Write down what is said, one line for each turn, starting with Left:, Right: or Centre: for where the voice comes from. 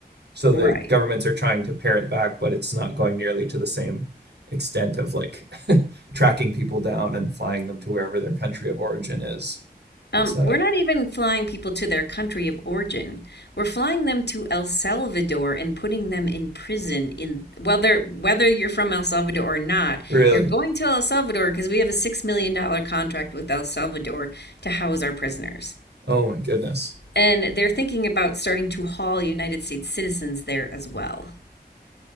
Right: So
Left: Right.
Right: the governments are trying to pare it back, but it's not going nearly to the same extent of like <laughs> tracking people down and flying them to wherever their country of origin is.
Left: Um,
Right: It's uh
Left: we're not even flying people to their country of origin. We're flying them to El Salvador and putting them in prison in whether whether you're from El Salvador or not,
Right: really
Left: you're going to El Salvador because we have a six million dollar contract with El Salvador to house our prisoners.
Right: oh my goodness.
Left: And they're thinking about starting to haul United States citizens there as well.